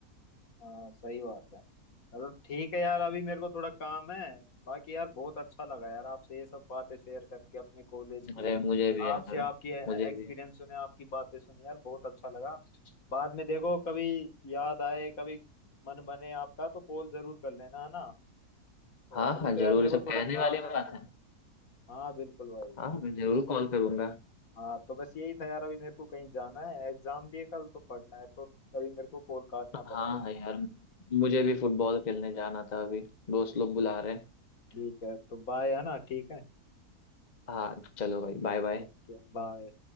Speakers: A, on the left (about 60°); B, on the left (about 30°).
A: हाँ सही बात है चलो ठीक है यार अभी मेरे को थोड़ा काम है बाकी यार बहुत अच्छा लगा यार आपसे ये सब बातें शेयर करके अपने कॉलेज की
B: अरे मुझे भी
A: आपसे
B: यार
A: आपकी
B: मुझे
A: एक्सपीरियंस
B: भी
A: सुने आपकी बातें सुने यार बहुत अच्छा लगा बाद में देखो कभी याद आए कभी मन बने आपका तो कॉल जरूर कर लेना है ना
B: हाँ
A: और अभी
B: हाँ
A: तो
B: जरूर
A: यार मेरे
B: ये सब
A: को थोड़ा
B: कहने
A: काम
B: वाली
A: है
B: बात
A: तो
B: है
A: हाँ बिल्कुल भाई
B: हाँ मैं जरूर कॉल करूंगा
A: हाँ तो बस यही था यार अभी मेरे को कहीं जाना है एग्जाम भी है कल तो पढ़ना है तो अभी मेरे को कॉल काटना
B: हाँ
A: पड़ेगा
B: हाँ
A: है
B: यार
A: ना
B: मुझे भी फुटबॉल खेलने जाना था अभी दोस्त लोग बुला रहे हैं
A: ठीक है तो बाय है ना ठीक है
B: हाँ चलो भाई बाय बाय
A: Okay bye